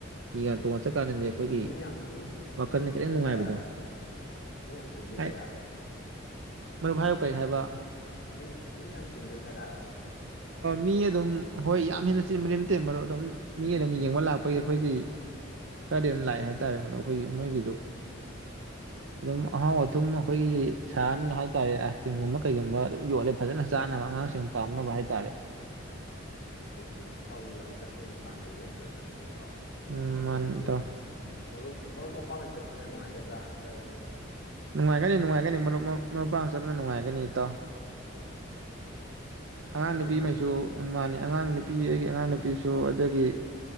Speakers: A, on the right; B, on the left.
A: ꯍꯤꯒ ꯇꯣꯡꯉ
B: ꯎ
A: ꯆꯠꯀꯥꯟꯗꯗꯤ ꯑꯩꯈꯣꯏꯒꯤ
B: ꯃꯤ ꯃꯤ ꯌꯥꯝ ꯃꯤ
A: ꯋꯥꯈꯜꯅ
B: ꯃꯤ ꯌꯥꯝ
A: ꯈꯤꯇꯪ
B: ꯇꯤꯟꯕ
A: ꯅꯨꯡꯉꯥꯏꯕꯗꯣ
B: ꯖꯒꯥꯔꯣ ꯃꯤ ꯌꯥꯝ ꯇꯤꯟꯕ
A: ꯍꯥꯏ
B: ꯖꯒꯥꯔꯣ
A: ꯃꯔꯨꯞ ꯚꯥꯏ ꯀꯩ ꯍꯥꯏꯕ
B: ꯃꯤ ꯃꯤ ꯌꯥꯝ ꯇꯤꯟꯕ ꯖꯒꯥꯔꯕ
A: ꯃꯤ ꯑꯗꯨꯝ ꯍꯣꯏ ꯌꯥꯝ ꯍꯦꯟꯅ ꯆꯤꯟꯕꯗꯤ ꯅꯠꯇꯦ ꯃꯔꯨꯞ ꯑꯗꯨꯝ ꯃꯤ ꯑꯗꯨꯝ ꯌꯦꯡꯕ ꯂꯥꯛꯄꯒꯤ ꯑꯩꯈꯣꯏꯒꯤ ꯈꯔꯗꯤ ꯑꯗꯨꯝ ꯂꯥꯛꯑꯦ ꯍꯥꯏꯇꯥꯔꯦ ꯃꯔꯨꯞ ꯑꯩꯈꯣꯏꯒꯤ ꯃꯣꯏꯒꯤꯗꯨ ꯑꯗꯨꯝ ꯑꯍꯥꯎ ꯑꯊꯨꯝ ꯑꯩꯈꯣꯏꯒꯤ ꯁꯥꯔꯃꯤꯅ ꯍꯥꯏ ꯇꯔꯦ ꯑꯥꯏꯁ ꯀ꯭ꯔꯤꯝꯒꯨꯝꯕ ꯀꯩꯒꯨꯝꯕ ꯑꯗꯨꯝ ꯌꯣꯜꯂꯦ ꯐꯖꯅ ꯆꯥꯅꯕ ꯑꯉꯥꯡꯁꯤꯡ ꯄꯥꯝꯅꯕ ꯍꯥꯏꯇꯥꯔꯦ ꯇꯥꯔꯦ
B: ꯎꯝ ꯑꯗꯨꯒꯤ ꯏꯇꯥꯎꯒꯤ ꯂꯝ ꯆꯠꯄꯒꯤ ꯃꯇꯥꯡꯗ ꯑꯩꯁꯦ ꯈꯔ ꯈꯪꯅꯤꯡꯕ
A: ꯎꯝ ꯃꯥꯅꯤ
B: ꯂꯝꯗꯨ
A: ꯏꯇꯥꯎ
B: ꯃꯔꯨꯞ ꯃꯔꯨꯞ ꯃꯄꯥꯡꯅ ꯆꯠꯄꯅ ꯅꯨꯡꯉꯥꯏ ꯗꯔꯥ ꯅꯥꯠꯇꯔꯒꯅ
A: ꯅꯨꯡꯉꯥꯏꯒꯅꯤ ꯅꯨꯡꯉꯥꯏꯒꯅꯤ ꯃꯔꯨꯞ ꯃꯄꯥꯡ ꯆꯠꯄꯅ ꯅꯨꯡꯉꯥꯏꯒꯅꯤ ꯒꯅꯤ ꯏꯇꯥꯎ ꯑꯉꯥꯡ
B: ꯍꯣꯏꯅꯦ
A: ꯅꯨꯄꯤ ꯃꯩꯁꯨ ꯃꯥꯟꯅꯦ ꯑꯉꯥꯡ ꯅꯨꯄꯤ ꯑꯩꯒꯤ ꯑꯉꯥꯡ ꯅꯨꯄꯤꯁꯨ ꯑꯗꯒꯤ